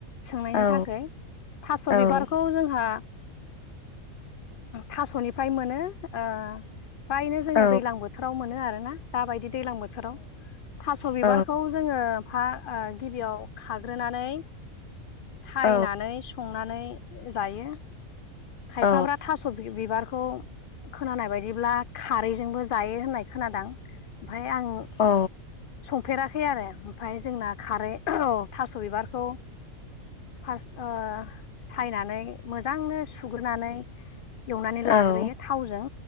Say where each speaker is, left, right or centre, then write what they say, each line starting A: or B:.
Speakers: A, on the left; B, on the left.
A: सोंनायनि
B: औ
A: थाखाय थास'
B: औ
A: बिबारखौ जोंहा थासनिफ्राय मोनो ओ फ्रायनो जोङो
B: औ
A: दैज्लां बोथोर बोथोराव मोनो आरो ना दाबायदि दैज्लां बोथोराव थास' बिबारखौ
B: औ
A: जोङो फा ओ गिबियाव खाग्रोनानै सायनानै
B: औ
A: संनानै जायो खायफाफ्रा
B: औ
A: थास' बिबारखौ खोनानाय बायदिब्ला खारैजोंबो जायो होननाय खोनादों ओमफ्राय आं
B: अ
A: संफेराखै आरो ओमफ्राय जोंना खारै औ थास' बिबारखौ फास ओ सायनानै मोजांनो सुग्रोनानै एवनानै
B: औ अ औ
A: लाग्रोयो थावजों